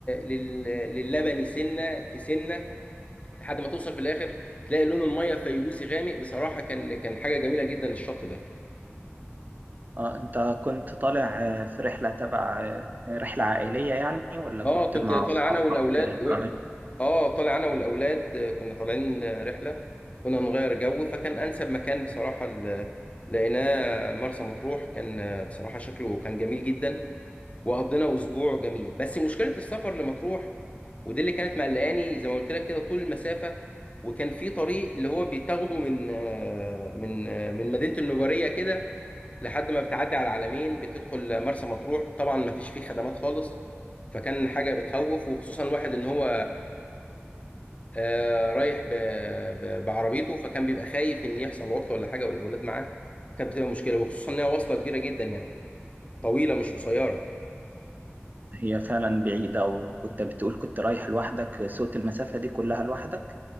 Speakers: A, on the left (about 30°); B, on the right (about 40°).
A: لل... للبني سنة في سنة لحد ما توصل في الآخر تلاقي لون المية فيروزي غامق بصراحة كان كان حاجة جميلة جدا الشط ده
B: آه أنت كنت طالع آه، في رحلة تبع آه، رحلة عائلية يعني ولا كنت
A: اه كنت
B: مع
A: طالع
B: أصحابك
A: انا والاولاد
B: آه، طالع
A: اه طلع انا والاولاد آه، كنا طالعين آه، رحله كنا نغير جو فكان انسب مكان بصراحه ال- لقيناه مرسى مطروح كان آه، بصراحه شكله كان جميل جدا وقضينا اسبوع جميل بس مشكله السفر لمطروح ودي اللي كانت مقلقاني زي ما قلت لك كده طول المسافه وكان في طريق اللي هو بيتاخده من آه، من آه، من مدينه النجاريه كده لحد ما بتعدي على العلمين بتدخل مرسى مطروح طبعا ما فيش فيه خدمات خالص فكان حاجه بتخوف وخصوصا واحد ان هو آه، رايح ب... ب... بعربيته فكان بيبقى خايف ان يحصل عطله ولا حاجه والاولاد معاه كانت بتبقى مشكله وخصوصا ان هي واصله كبيره جدا يعني طويله مش قصيره
B: هي فعلا بعيدة وكنت بتقول كنت رايح لوحدك سوت المسافة دي كلها لوحدك